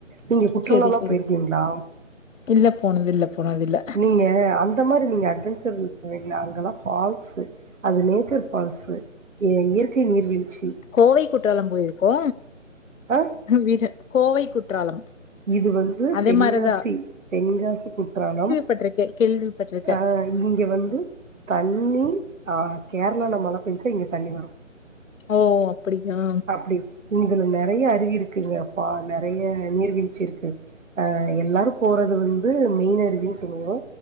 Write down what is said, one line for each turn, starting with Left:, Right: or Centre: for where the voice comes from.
Right: நீங்க குற்றாலலா
Left: சேரி சேரி
Right: போயிருக்கீங்ளா
Left: இல்ல போனதில்ல போனதில்ல
Right: நீங்க அங் அந்த மாரி நீங்க அட்வெஞ்சர் இருக்குலைங்ளா அங்கெல்லா ஃபால்ஸு அது நேச்சர் ஃபால்ஸு எங்க இயற்கை நீர் வீழ்ச்சி
Left: கோவை குற்றாலம் போயிருக்கோ
Right: ஆ
Left: வீட்ல கோவை குற்றாலம்
Right: இது வந்து
Left: அதே
Right: தெங்காசி
Left: மாரிதா
Right: தென்காசி குற்றாலம்
Left: பட்ருக்கே கேள்வி பட்ரு
Right: ஆ இங்க வந்து தண்ணி ஆ கேர்ளால மழ பேஞ்சா இங்க தண்ணி வரு
Left: ஓ அப்புடிங்ளா
Right: அப்டி இதுல நெறய அருவி இருக்குங்க ஃபா நெறய நீர்வீழ்ச்சி இருக்கு அ எல்லாரு போறது வந்து மெயின் அருவின் சொல்லுவோ